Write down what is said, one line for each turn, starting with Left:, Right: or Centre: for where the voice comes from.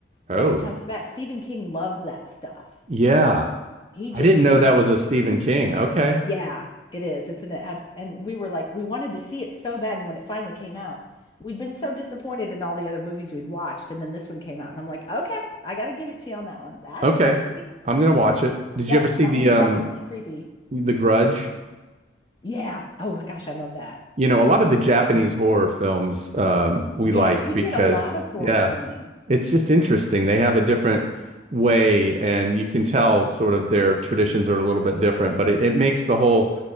Right: oh.
Left: that comes back. Stephen King loves that stuff.
Right: Yeah.
Left: He
Right: I
Left: just
Right: didn't
Left: he
Right: know
Left: just
Right: that was a Stephen King. Okay.
Left: yeah, it is. It's an ad, and we were like, we wanted to see it so bad. And when it finally came out, we'd been so disappointed in all the other movies we'd watched, and then this one came out, and I'm like, okay, I got to give it to you on that one. That's
Right: Okay.
Left: creepy.
Right: I'm gonna watch it. Did
Left: Yep,
Right: you ever see
Left: that
Right: the
Left: one's
Right: um
Left: definitely creepy.
Right: The Grudge?
Left: Yeah. Oh gosh, I love that.
Right: You know, a lot of the
Left: And
Right: Japanese
Left: it's so-
Right: horror films um we
Left: Yes,
Right: like
Left: we
Right: because
Left: get a lot of horror
Right: yeah,
Left: from them.
Right: it's just interesting. They have a different way and you can tell sort of their traditions are a little bit different, but it, it makes the whole